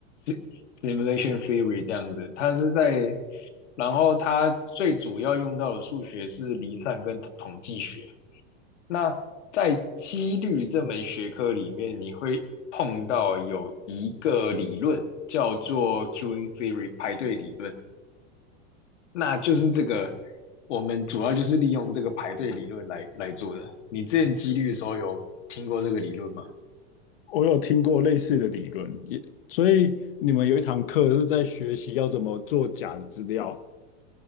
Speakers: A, on the left; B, on the left.
A: s i m u l a t i o n theory） 这样子，它是在，然后它最主要用到的数学是离散跟统统计学。那在几率这门学科里面，你会碰到有一个理论叫做 queuing theory 排队理论。那就是这个，我们主要就是利用这个排队理论来来做的。你之前几率的时候有听过这个理论吗？
B: 我有听过类似的理论，也所以你们有一堂课是在学习要怎么做假的资料。